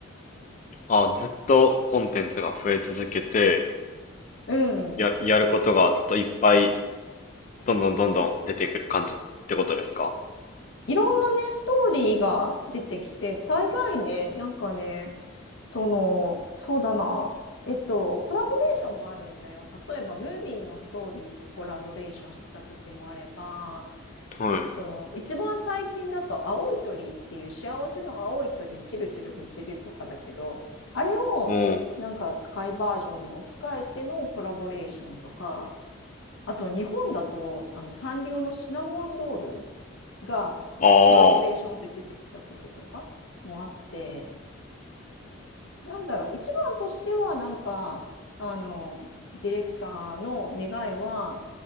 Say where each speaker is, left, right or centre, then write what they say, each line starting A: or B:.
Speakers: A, on the left (about 35°); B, on the left (about 65°).
A: あ、ずっとコンテンツが増え続けて、
B: うん。
A: や、やることがずっといっぱいどんどんどんどん出てくる感じってことですか
B: いろんなね、ストーリーが出てきて、大概ね、なんかね、その、そうだな、えっと、コラボレーションもあるんだよ。例えば、ムーミンのストーリーとコラボレーションしてた時もあれば、
A: はい。
B: えっと、一番最近だと、青い鳥っていう幸せの青い鳥、チルチルミちるとかだけど、あれをなんかスカイバージョンに置き換えてのコラボレーションとか、
A: おー。
B: あと日本だと、あのサンリオのシナモンロールがコラボレーションで出てきたこととかもあって、
A: あ
B: なんだろう、一番としてはなんか、あの、ディレクターの願いは、